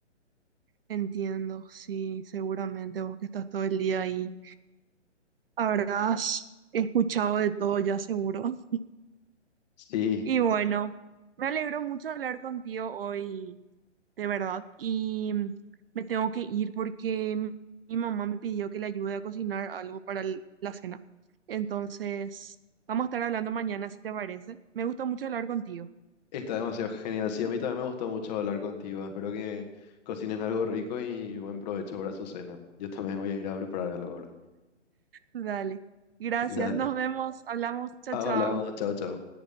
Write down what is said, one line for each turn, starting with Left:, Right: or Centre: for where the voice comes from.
Right: entiendo, sí, seguramente vos que estás todo el día ahí habrás escuchado de todo ya seguro. <laughs>
Left: Sí,
Right: Y bueno, me alegro mucho de hablar contigo hoy, de verdad. Y mm, me tengo que ir porque mi, mi mamá me pidió que le ayude a cocinar algo para el- la cena. Entonces, vamos a estar hablando mañana si te parece. Me gustó mucho hablar contigo.
Left: está demasiado genial. Sí, a mí también me gustó mucho hablar contigo. Espero que cocinen algo rico y buen provecho para su cena. Yo también voy a ir a preparar algo ahora.
Right: Dale. Gracias.
Left: Dale.
Right: Nos vemos. Hablamos. Chao,
Left: Hablamos,
Right: chao.
Left: chao, chao.